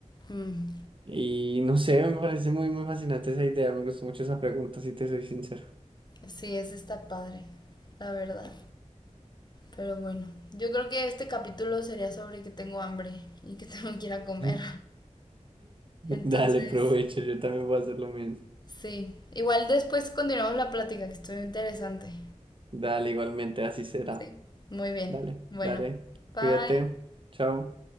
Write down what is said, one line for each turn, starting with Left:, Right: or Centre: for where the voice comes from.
Left: Mm,
Right: Y no sé, me parece muy, muy fascinante esa idea. Me gustó mucho esa pregunta, si te soy sincero.
Left: Sí, ese está padre, la verdad. Pero bueno, yo creo que este capítulo sería sobre que tengo hambre y que <laughs> tengo que ir a
Right: <laughs>
Left: comer. Entonces,
Right: Dale, provecho. Yo también voy a hacer lo mismo.
Left: sí. Igual después continuamos la plática, que estuvo interesante.
Right: Dale, igualmente, así será.
Left: Sí. Muy bien.
Right: Dale,
Left: Bueno,
Right: dale.
Left: bye.
Right: Cuídate. Chao.